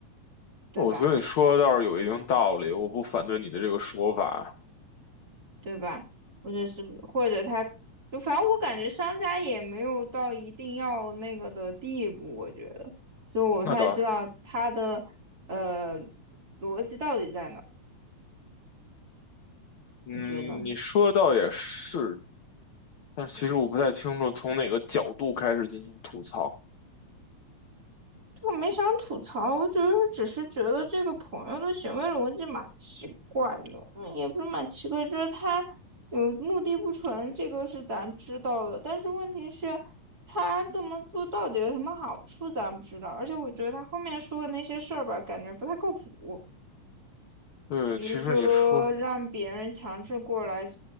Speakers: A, on the right (about 35°); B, on the left (about 65°).
A: 对吧？
B: 我觉得你说的倒是有一定道理，我不反对你的这个说法。
A: 对吧？或者是或者他就反正我感觉商家也没有到一定要那个的地步，我觉得，就我不太知道他的呃
B: 那倒，
A: 逻辑到底在哪儿，
B: 嗯，
A: 你觉得呢？
B: 你说的倒也是，但是其实我不太清楚从哪个角度开始进行吐槽。
A: 我没想吐槽，我只是只是觉得这个朋友的行为逻辑蛮奇怪的，嗯也不是蛮奇怪，就是他有目的不纯，这个是咱知道的，但是问题是，他这么做到底有什么好处，咱不知道。而且我觉得他后面说的那些事儿吧，感觉不太靠谱，
B: 对，
A: 比如说让别人强制过来
B: 其实你说，